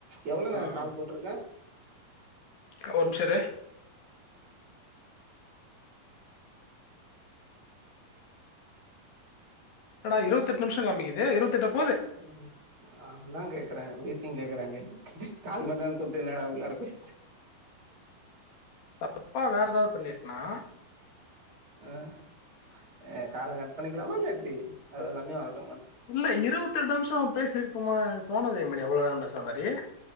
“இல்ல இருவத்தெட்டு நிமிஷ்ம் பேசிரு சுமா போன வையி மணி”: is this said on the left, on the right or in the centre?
Left